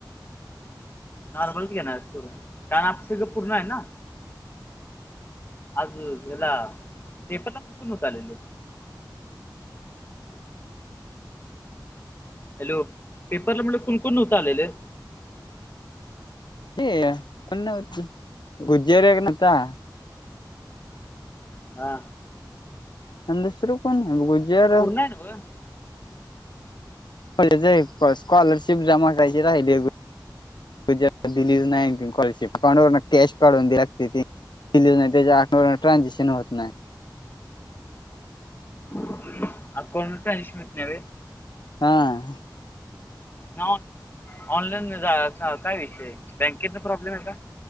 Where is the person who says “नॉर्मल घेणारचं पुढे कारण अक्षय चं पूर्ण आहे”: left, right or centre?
Left